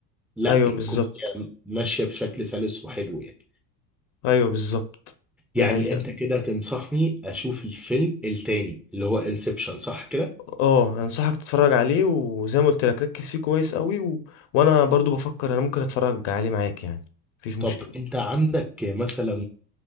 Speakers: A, in the centre; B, on the left (about 60°).
A: لا
B: ايوه
A: الكوميديا
B: بالظبط
A: ماشية بشكل سلس وحلو يعني
B: ايوه بالظبط
A: يعني
B: دي حقيقه
A: انت كده تنصحني اشوف الفيلم التاني اللي هو انسبشن صح كده
B: اه انصحك تتفرج عليه وزي ما قلت لك ركز فيه كويس قوي و... وانا برضو بفكر انا ممكن اتفرج عليه معاك يعني مفيش مشكله
A: طب انت عندك مثلا